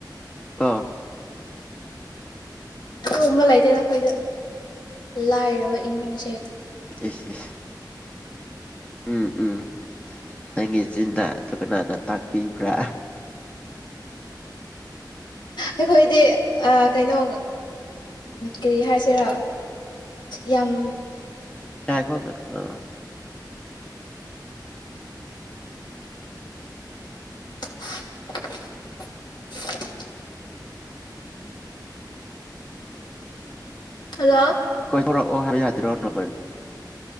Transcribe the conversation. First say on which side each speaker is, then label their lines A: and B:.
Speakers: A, on the left; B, on the left.
A: ꯑꯥ
B: ꯑ ꯑꯃ ꯂꯩꯇꯦ ꯑꯩꯈꯣꯏꯗ ꯂꯥꯏꯔꯕ ꯏꯃꯨꯡꯁꯦ
A: ꯑꯦ ꯎꯝ ꯎꯝ ꯅꯪꯒꯤ ꯆꯤꯟꯖ ꯑꯗꯨ ꯀꯅꯥꯅ ꯇꯥꯛꯄꯤꯕ꯭ꯔꯥ
B: ꯑꯩꯈꯣꯏꯗꯤ ꯀꯩꯅꯣ ꯀꯔꯤ ꯍꯥꯏꯁꯤꯔꯥ ꯌꯥꯝ
A: ꯌꯥꯈꯣ ꯑ
B: ꯁꯥ <inaudible> ꯍꯜꯂꯣ
A: ꯣꯔꯛꯑꯣ ꯍꯥꯏꯕ ꯌꯥꯗ꯭ꯔꯣ ꯅꯃꯥꯏꯅ